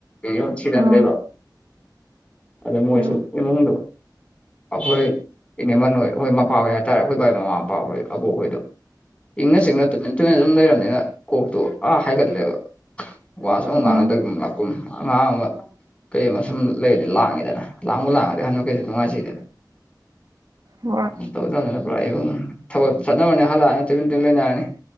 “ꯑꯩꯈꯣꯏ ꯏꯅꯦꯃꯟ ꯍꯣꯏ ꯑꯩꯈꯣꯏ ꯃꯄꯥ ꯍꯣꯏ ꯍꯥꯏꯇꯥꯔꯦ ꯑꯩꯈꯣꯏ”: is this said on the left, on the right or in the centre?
Left